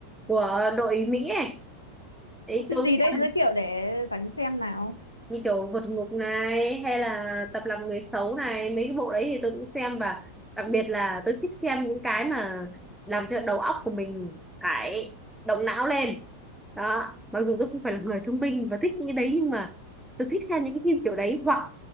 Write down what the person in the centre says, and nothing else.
của đội Mỹ ấy Đấy,
tôi
cũng
xem
như kiểu vượt ngục này hay là tập làm người xấu này mấy cái bộ đấy thì tôi cũng xem và đặc biệt là tôi thích xem những cái mà làm cho đầu óc của mình phải động não lên đó mặc dù tôi không phải là người thông minh và thích những cái đấy nhưng mà tôi thích xem những cái phim kiểu đấy hoặc